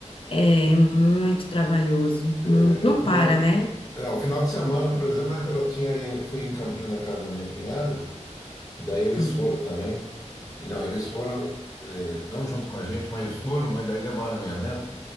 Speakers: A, on the left; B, on the left.
A: é muito trabalhoso,
B: É,
A: muito. Não
B: o final
A: para, né?
B: É, o final de semana, por exemplo, eu tinha, fui em Campinas na casa da minha cunhada, e daí eles
A: Uhum.
B: foram também. E não, eles foram, eh, não junto com a gente, mas foram, mas daí levaram a minha neta.